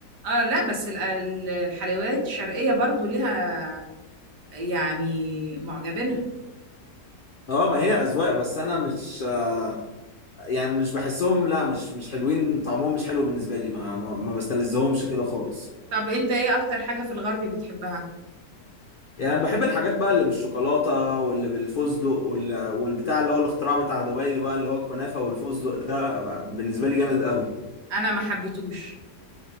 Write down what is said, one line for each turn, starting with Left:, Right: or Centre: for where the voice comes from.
Right: اه لا بس ال- ال- الحلويات الشرقية برضو ليها يعني معجبينها
Left: اه ما هي أذواق بس أنا مش آه، يعني مش بحسهم لا مش مش حلوين طعمهم مش حلو بالنسبة لي ما ما ما بستلذهمش كده خالص
Right: طب انت ايه اكتر حاجة في الغربي بتحبها
Left: يعني بحب الحاجات بقى اللي بالشوكولاتة واللي بالفستق وال- والبتاع اللي هو الاختراع بتاع دبي بقى اللي هو الكنافة والفستق ده بقى بالنسبة لي جامد قوي
Right: انا ما حبيتوش